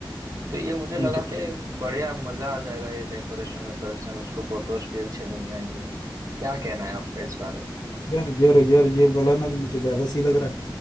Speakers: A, on the right; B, on the left.
A: तो ये मुझे
B: ठीक
A: लगा कि बढ़िया मजा आ जाएगा ये डेकोरेशन वेकोरेशन उसको फोटोज भी अच्छे मिल जाएंगे क्या कहना है आपका इस बारे में
B: है यार यार यार ये वाला ना तो मुझे ज़्यादा सही लग रहा